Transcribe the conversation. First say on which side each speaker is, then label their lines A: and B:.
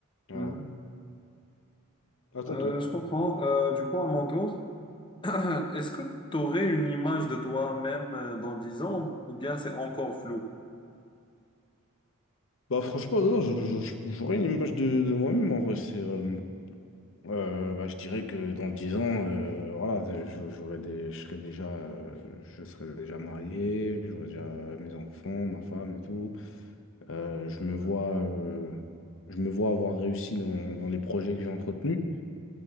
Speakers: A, on the left; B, on the left.
A: Voilà.
B: Mhm.
A: À ton
B: Euh,
A: tour.
B: je comprends. Euh, du coup, à mon tour, <clears throat> est-ce que tu aurais une image de toi-même euh, dans 10 ans ou bien c'est encore flou?
A: Bah franchement, non, je- je- je- j'aurais une image de, de moi-même en vrai. C'est, euh, euh, bah, je dirais que dans 10 ans, euh, voilà, je, j'aurais des, je serais déjà, euh, je serais déjà marié, j'aurais déjà mes enfants, ma femme et tout. Euh, je me vois, euh, je me vois avoir réussi dans, dans les projets que j'ai entretenus.